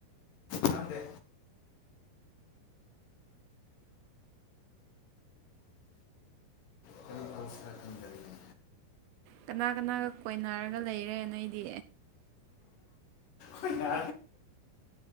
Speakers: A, on the left; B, on the right.
A: ꯈꯪꯗꯦ ꯀꯔꯦ ꯇꯧꯁꯦꯔꯥ ꯈꯪꯗꯔꯦꯅꯦ
B: ꯀꯅꯥ ꯀꯅꯥꯒ ꯀꯣꯏꯅꯔꯒ ꯂꯩꯔꯦ ꯅꯣꯏꯗꯤ
A: ꯍꯣꯏ ꯉ